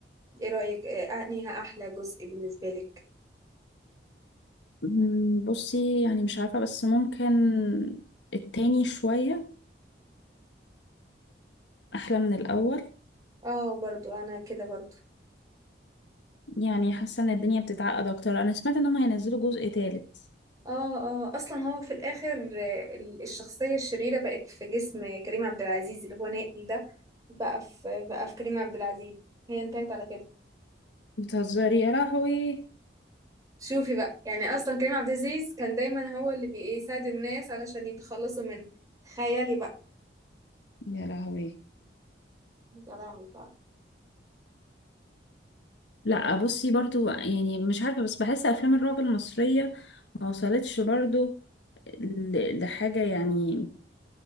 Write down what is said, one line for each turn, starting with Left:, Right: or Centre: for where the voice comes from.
Right: ايه رأيك آه، انهي احلى جزء بالنسبة لك
Left: مم، بصي يعني مش عارفة بس ممكن التاني شوية أحلى من الأول
Right: اه برضو انا كده برضو
Left: يعني حاسة إن الدنيا بتتعقد أكتر أنا سمعت إنهم هينزلوا جزء تالت
Right: اه اه اصلا هو في الاخر آه، ال- الشخصية الشريرة بقت في جسم كريم عبد العزيز اللي هو نائل ده بقى في بقى في كريم عبد العزيز هي انتهت على كده
Left: بتهزري يا لهوي
Right: شوفي بقى يعني اصلا كريم عبد العزيز كان دايما هو اللي بيساعد الناس علشان يتخلصوا من تخيلي بقى
Left: يا لهوي
Right: يا لهوي فعلا
Left: لا بصي برضو يعني مش عارفة بس بحس أفلام الرعب المصرية ما وصلتش برضو ل- لحاجة يعني